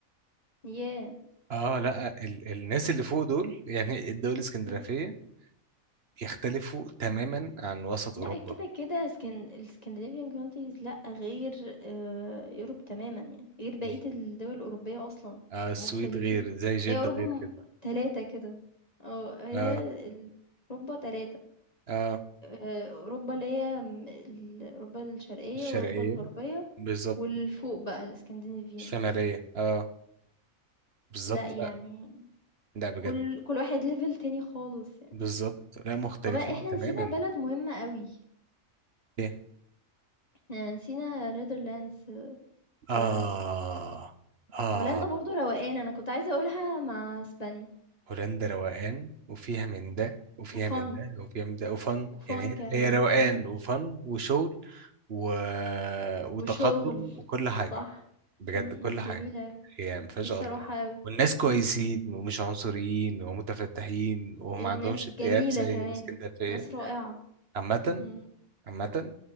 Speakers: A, on the left (about 30°); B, on the right (about 50°).
A: ياه!
B: اه لا ال الناس اللي فوق دول يعني الدول الاسكندنافية
A: إمم.
B: يختلفوا تماما عن وسط
A: لأ
B: أوروبا
A: كده، كده اسكن الscandinavian countries لأ غير آآ Europe تمامًا يعني، غير بقية
B: ال-
A: الدول الأوروبية أصلًا،
B: آه السويد
A: مختلفين.
B: غير زي جدة
A: هي أوروبا
B: غير
A: م
B: كده
A: 3 كده، آه هي
B: اه
A: ال أوروبا 3
B: اه
A: آآ أوروبا اللي هي م ال أوروبا الشرقية،
B: الشرقية
A: أوروبا الغربية،
B: بالظبط
A: والفوق بقى الscandinavian.
B: الشمالية اه بالظبط
A: لأ، يعني
B: لا لا بجد
A: كل كل واحد level تاني خالص يعني.
B: بالظبط لا مختلفين
A: طَب إحنا
B: تماما
A: نسينا بلد مهمة أوي،
B: ايه
A: إحنا نسينا Netherlands،
B: اه
A: هولندا.
B: اه
A: هولندا برضه روقان، أنا كنت عايزة أقولها مع إسبانيا
B: هولندا روقان وفيها من ده وفيها
A: وfun
B: من ده وفيها من ده وفن
A: وfun
B: يعني
A: كمان،
B: هي هي روقان
A: إمم،
B: وفن وشغل و... وتقدم
A: وشغل،
B: وكل حاجة
A: صح،
B: بجد
A: إمم،
B: كل
A: إمم، جميلة
B: حاجة
A: أوي،
B: هي ما فيهاش
A: نفسي
B: غلطة
A: أروحها أوي،
B: والناس كويسين
A: إمم،
B: ومش عنصريين ومتفتحين وما
A: الناس
B: عندهمش اكتئاب
A: جميلة
B: زي
A: كمان،
B: الاسكندرية
A: ناس رائعة،
B: عامة
A: إمم،
B: عامة